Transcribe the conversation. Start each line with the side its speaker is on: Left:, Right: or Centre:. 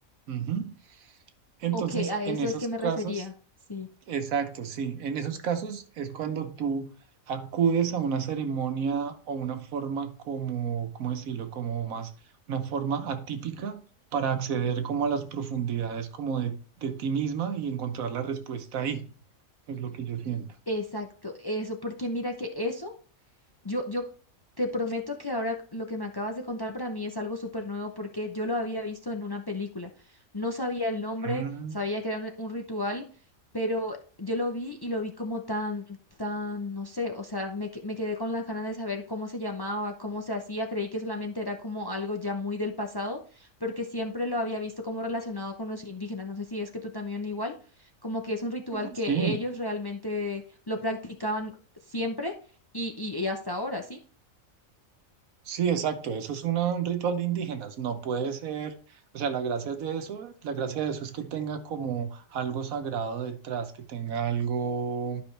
Right: ujú. Entonces,
Left: Ok, a
Right: en
Left: eso
Right: esos
Left: es que me refería.
Right: casos,
Left: Sí,
Right: Exacto, sí. En esos casos es cuando tú acudes a una ceremonia o una forma como, ¿cómo decirlo? Como más, una forma atípica para acceder como a las profundidades como de, de ti misma y encontrar la respuesta ahí, es lo que yo siento.
Left: exacto, eso, porque mira que eso Yo, yo te prometo que ahora lo que me acabas de contar para mí es algo súper nuevo porque yo lo había visto en una película. No sabía el nombre,
Right: Mm,
Left: sabía que era un, un ritual, pero yo lo vi y lo vi como tan, tan, no sé, o sea, me, que- me quedé con las ganas de saber cómo se llamaba, cómo se hacía. Creí que solamente era como algo ya muy del pasado, porque siempre lo había visto como relacionado con los indígenas. No sé si es que tú también igual, como que es un ritual
Right: sí,
Left: que ellos realmente lo practicaban siempre y, y, y hasta ahora, sí.
Right: Sí, exacto. Eso es una- un ritual de indígenas. No puede ser, o sea, la gracia es de eso, la gracia de eso es que tenga como algo sagrado detrás, que tenga algo,